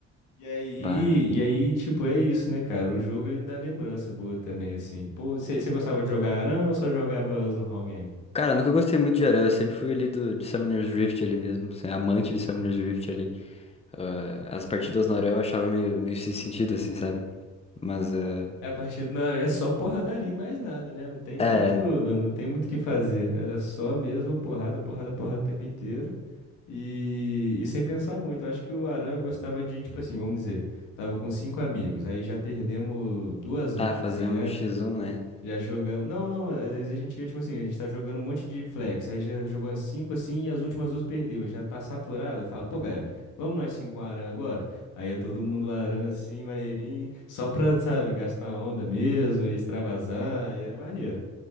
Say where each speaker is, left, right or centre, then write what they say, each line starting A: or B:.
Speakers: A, on the left (about 85°); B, on the left (about 20°).
A: E aí,
B: Bah.
A: e aí, tipo, é isso, né, cara? O jogo ele me dá lembrança boa também, assim. Pô, você gostava de jogar Aran ou só jogava os normal game?
B: Cara, eu nunca gostei muito de Aranha, eu sempre fui ali do, de Summoner's Rift ali mesmo, assim, amante de Summoner's Rift ali. Ah, as partidas no Aranha eu achava meio, meio sem sentido, assim, sabe? Mas eh,
A: Ah, A partir do Aran é só porradaria e mais nada, né? Não tem muito,
B: é,
A: não tem muito o que fazer. Era só mesmo porrada, porrada, porrada o tempo inteiro. E, e sem pensar muito, eu acho que o Aran gostava de, tipo assim, vamos dizer, tava com cinco amigos, aí já perdemos duas ancas,
B: ah, fazer
A: assim, né?
B: um X1, né?
A: Já jogamos. Não, não, às vezes a gente, ia tipo assim, a gente tá jogando um monte de flex, aí já jogou as cinco assim e as últimas duas perdeu, já tá saturada. Fala, pô, galera, vamos nós cinco um Aran agora? Aí é todo mundo Aran assim, maneirinho, só pra, sabe, gastar onda mesmo e extravasar, aí era maneiro,